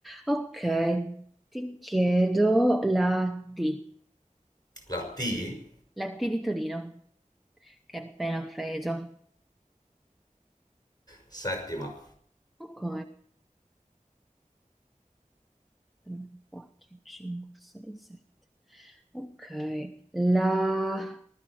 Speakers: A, in the centre; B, on the left.
A: Ok, ti chiedo la T,
B: La T.
A: la T di Torino, che è appena offeso.
B: Settima.
A: Ok, 3, 4, 5, 6, 7. Ok, la,